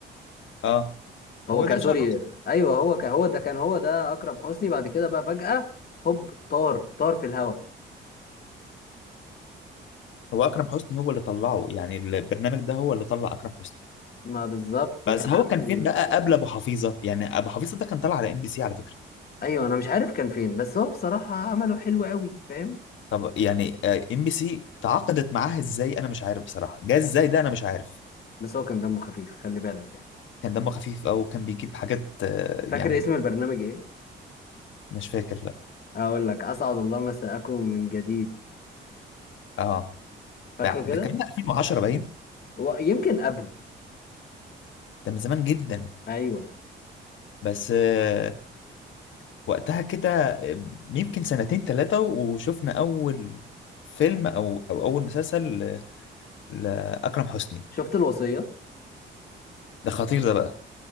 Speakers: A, on the left; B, on the left.
A: اه
B: هو
A: هو
B: كان
A: ده اللي
B: سوري
A: شهره أصلاً.
B: ايوه هو كان هو ده كان هو ده اكرم حسني بعد كده بقى فجأة هوب طار طار في الهواء
A: هو اكرم حسني هو اللي طلعه يعني البرنامج ده هو اللي طلع اكرم حسني
B: ما بالظبط
A: بس
B: كان
A: هو
B: عامل
A: كان فين بقى قبل ابو حفيظه يعني ابو حفيظه ده كان طالع على ام بي سي على فكره
B: ايوه انا مش عارف كان فين بس هو بصراحة عمله حلو قوي فاهم
A: طب يعني ام بي سي تعاقدت معاها ازاي انا مش عارف بصراحه جه ازاي ده انا مش عارف
B: بس هو كان دمه خفيف خلي بالك يعني
A: كان دمه خفيف او كان بيجيب حاجات آه،
B: فاكر
A: يعني
B: اسم البرنامج ايه
A: مش فاكر لا
B: هقول لك اسعد الله مساءكم من جديد
A: اه
B: فاكره
A: ده
B: كده
A: ده كان 2010 باين
B: ويمكن قبل
A: ده من زمان جدا
B: ايوه
A: بس آه، وقتها كده آه، يمكن سنتين ثلاثه وشفنا اول فيلم او او اول مسلسل ل- لاكرم حسني
B: شفت الوصيه
A: ده خطير ده بقى